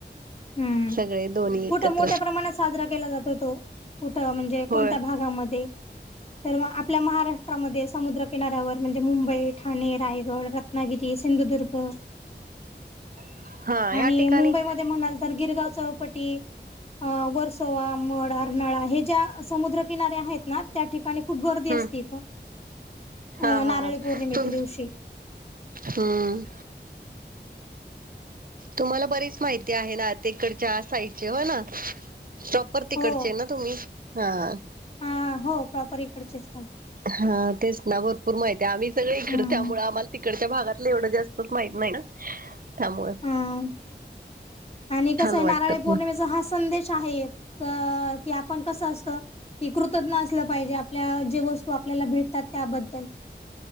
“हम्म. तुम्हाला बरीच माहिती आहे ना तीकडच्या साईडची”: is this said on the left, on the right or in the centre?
Right